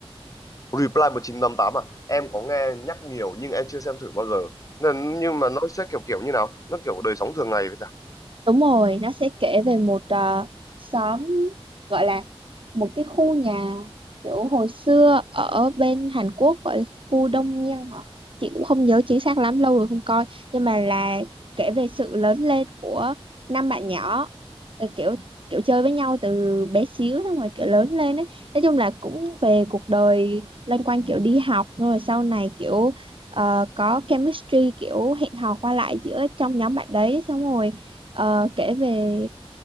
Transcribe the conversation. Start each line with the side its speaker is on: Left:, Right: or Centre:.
Left: Reply 1988 à? Em có nghe nhắc nhiều nhưng em chưa xem thử bao giờ. Nên, nhưng mà nó sẽ kiểu kiểu như nào? Nó kiểu đời sống thường ngày vậy ta?
Right: Đúng rồi, nó sẽ kể về một ờ, xóm gọi là một cái khu nhà kiểu hồi xưa ở bên Hàn Quốc gọi là khu Đông Miên hả? Chị cũng không nhớ chính xác lắm, lâu rồi không coi, nhưng mà là kể về sự lớn lên của năm bạn nhỏ ờ, kiểu kiểu chơi với nhau từ bé xíu xong rồi kiểu lớn lên ấy. Nói chung là cũng về cuộc đời loanh quanh kiểu đi học rồi sau này kiểu ờ, có chemistry kiểu hẹn hò qua lại giữa trong nhóm bạn đấy xong rồi ờ, kể về